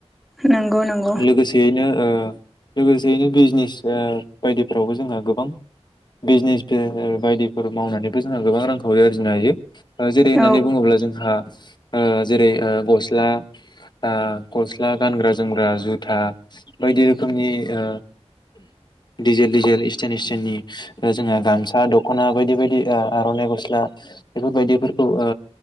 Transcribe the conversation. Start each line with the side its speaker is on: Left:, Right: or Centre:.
Centre: नंग नंग।
Left: लोगोसेयैनो ओ लोगोसेयैनो बिजनेस ओ बायदिफोरावबो जोंहा गोबां बिजनेस फो बायदिफोर मावनानैबो जोंहा गोबां रां खावरि आरजिनो हायो। ओ जेरै होननानै
Centre: औ
Left: बुङोब्ला जोंहा ओ जेरै ओ गस्ला ओ गस्ला गानग्रा जोमग्रा जुथा बायदि रोखोमनि ओ डिजेल डिजेल इसटेन इसटेननि ओ जोंहा गामसा दख'ना बायदि बायदि आ आर'नाइ गस ला बेफोरबायदिफोरखौ ओ